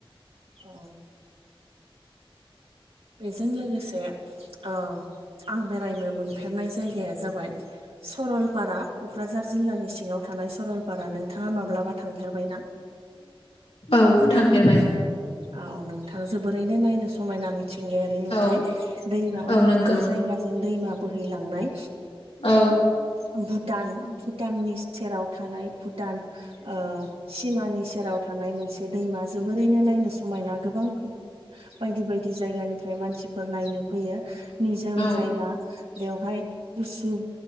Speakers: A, on the right (about 80°); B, on the left (about 75°).
A: औ बेजों लोगोसे ओ आं बेरायनो मोनफेरनाय जायगाया जाबाय सरलपारा क'क्राझार जिल्लानि सिङाव थानाय सरलपारा नोंथाङा माब्लाबा थांफेरबाय ना?
B: औ थांफेरबाय।
A: औ नोंथां जोबोरैनो नायनो समायना मि मिथिंगायारि नुथाय
B: औ
A: दैमा
B: औ
A: मोननै
B: नंगौ
A: जायगाजों दैमा बोहैलांनाय
B: औ
A: भुटान भुटाननि सेराव थानाय भुटान ओ सिमानि सेराव थानाय मोनसे दैमा जोबोरैनो नायनो समायना गोबां बायदि बायदि जायगानिफ्राय मानसिफोर नायनो फैयो निजोम
B: औ
A: जायगा बेवहाय गुसु